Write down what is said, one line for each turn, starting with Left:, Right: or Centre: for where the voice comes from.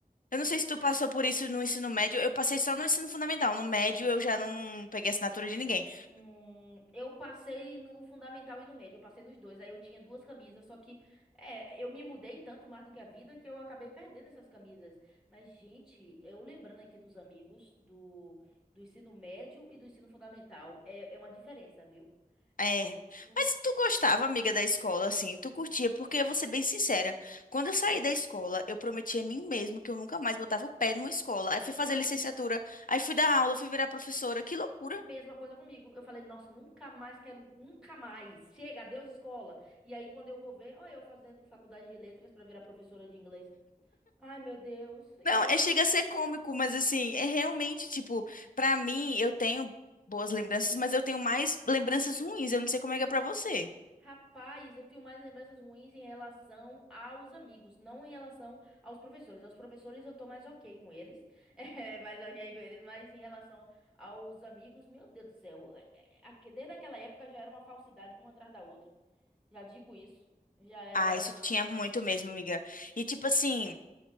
Left: eu não sei se tu passou por isso no ensino médio. Eu passei só no ensino fundamental. No médio eu já não peguei assinatura de ninguém.
Centre: Hum, eu passei no fundamental e no médio, eu passei nos dois. Aí eu tinha duas camisas, só que é, eu me mudei tanto mais do que a vida que eu acabei perdendo essas camisas. Mas, gente, eu lembrando aqui dos amigos do, do ensino médio e do ensino fundamental, é, é uma diferença, viu?
Left: É,
Centre: É, não, s-
Left: mas tu gostava, amiga, da escola, assim, tu curtia, porque eu vou ser bem sincera, quando eu saí da escola, eu prometi a mim mesma que eu nunca mais botava o pé numa escola, aí fui fazer
Centre: <laughs>
Left: licenciatura, aí fui dar aula, fui virar professora, que loucura.
Centre: Mesma coisa comigo. Eu falei, nossa, nunca mais quero, nunca mais. Chega, adeus escola. E aí, quando eu vou ver, ó, eu fazendo faculdade de letras pra virar professora de inglês. Ai, meu Deus. E
Left: Não,
Centre: aí,
Left: é, chega a ser cômico, mas assim, é realmente, tipo, pra mim, eu tenho boas lembranças, mas eu tenho mais lembranças ruins, eu não sei como é que é pra você.
Centre: rapaz, eu tenho mais lembranças ruins em relação aos amigos, não em relação aos professores. Aos professores eu tô mais ok com eles, <laughs> é, mais ok com eles, mas em relação aos amigos, meu Deus do céu. é, é, aque- Desde aquela época já era uma falsidade uma atrás da outra. Já digo isso. Já era.
Left: Ah, isso
Centre: uma-
Left: tinha muito mesmo, amiga. E tipo assim,